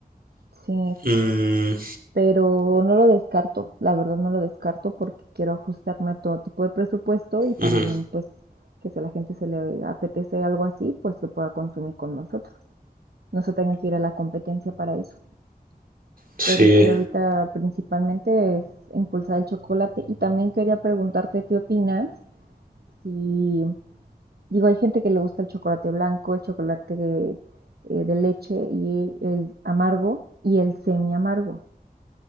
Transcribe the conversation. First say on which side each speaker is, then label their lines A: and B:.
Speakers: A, on the right; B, on the right.
A: Sí,
B: Mm,
A: pero no lo descarto, la verdad no lo descarto porque quiero ajustarme a todo tipo de presupuesto y también
B: Ujú,
A: pues que si a la gente se le apetece algo así, pues lo pueda consumir con nosotros. No se tenga que ir a la competencia para eso.
B: Sí,
A: Pero sí, ahorita principalmente es impulsar el chocolate y también quería preguntarte qué opinas si, digo, hay gente que le gusta el chocolate blanco, el chocolate de, eh, de leche y el amargo y el semi amargo.